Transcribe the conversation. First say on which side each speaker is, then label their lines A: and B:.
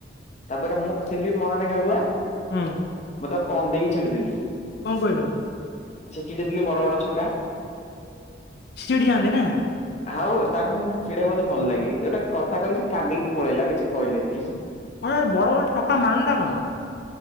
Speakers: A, on the left (about 35°); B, on the left (about 55°).
A: ତାପରେ ମୁଁ ଥିଲି ମହାନେ ଗାଲୁଆ
B: ହୁଁ।
A: ମୁଁ ତା କମ ଦେଇକି ଛାଡିଦେଲି।
B: କଣ କହିଲ?
A: ସେ ଚିଡେଇଥିଲି ବଡ ବଡ ଛକା
B: ସେ ଚିଡ଼ି ଯାନ୍ତି ନା।
A: ଆଉ ତାଙ୍କୁ ମୁଁ ଚିଡିବାକୁ ବହୁତ ଭଲ ଲାଗେ ଗୋଟେ କଥା କହ ସେ କାନ୍ଦିକି ପଳେଇଲା ଆଉ କିଛି କହିଲେନି ହିଁ।
B: ଆ ବଡ ବଡ଼ ଛକା ମାନେ ଟା କଣ?